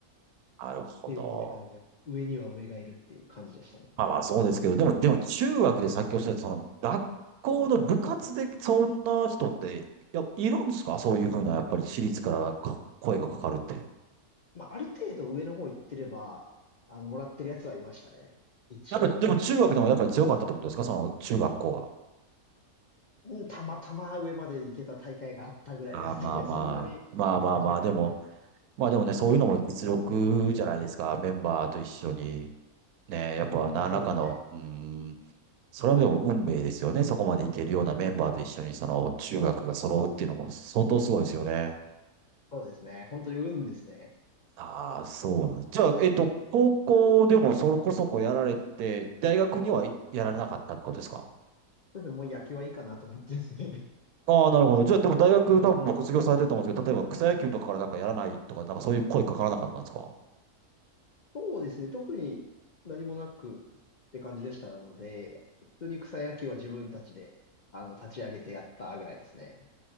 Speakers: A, on the right; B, on the left.
A: なるほど。
B: っていう子もいたので、上には上がいるっていう感じでしたね。
A: まあまあそうですけど、でも、でも中学でさっきおっしゃった、その学校の部活でそんな人って、いや、いるんですかそういうふうな、やっぱり私立からか声がかかるって。
B: まあ、ある程度上の方行ってれば、あの、もらってるやつはいましたね。一応。
A: やっぱり、でも中学でもやっぱり強かったってことですかその中学校が。
B: うん、たまたま上まで行けた大会があったぐらいですね。
A: ああ、まあまあ、
B: <laughs> そんなにめちゃくちゃ強いわけ。
A: まあまあまあ、でも、まあでもね、そういうのも実力じゃないですか。メンバーと一緒に。ね、やっぱ何らかの、
B: うん、まあ、そうですね。
A: うーん、それはでも運命ですよね。そこまでいけるようなメンバーと一緒に、その中学が揃うっていうのも相当すごいですよね。
B: そうですね。本当に運ですね。
A: ああ、そうだ。じゃあ、えっと、高校でもそこそこやられて、大学にはいやられなかったってことですか
B: そうですね。もう野球はいいかなと思ってですね。
A: ああ、なるほど。じゃあ、でも大学多分もう卒業されてると思うんですけど、
B: <laughs> はい。
A: 例えば草野球とかからなんかやらないとか、なんかそういう声かからなかったんですか
B: そうですね。特に何もなくって感じでしたので、普通に草野球は自分たちで、あの、立ち上げてやったぐらいですね。